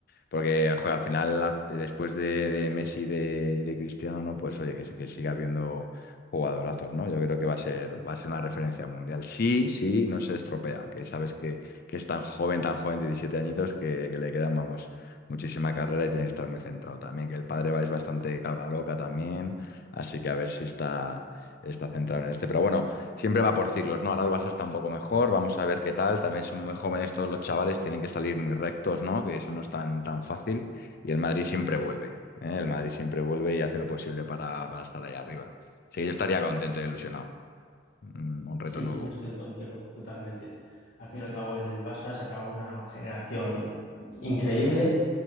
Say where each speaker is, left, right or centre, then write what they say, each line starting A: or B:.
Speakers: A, on the left (about 55°); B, on the left (about 80°).
A: porque joder, al final, después de, de Messi y de, y de Cristiano, ¿no? Pues oye, que, se- que siga habiendo jugadorazos, ¿no? Yo creo que va a ser, va a ser una referencia mundial. Sí, sí, no se estropea, que sabes que, que es tan joven, tan joven, 17 añitos, que, que le quedan, vamos, muchísima carrera y tiene que estar muy centrado también. Que el padre va es bastante cabra loca también, así que a ver si está, está centrado en este. Pero bueno siempre va por ciclos, ¿no? Ahora el Barça está un poco mejor, vamos a ver qué tal. También son muy jóvenes todos los chavales, tienen que salir muy rectos, ¿no? Que eso no es tan, tan fácil. Y el Madrid siempre vuelve, ¿eh? El Madrid siempre vuelve y hace lo posible para, para estar ahí arriba. Sí, yo estaría contento y ilusionado. Mm, Un reto
B: Sí,
A: nuevo.
B: yo estoy contigo totalmente. Al fin y al cabo, el Barça ha sacado una generación increíble.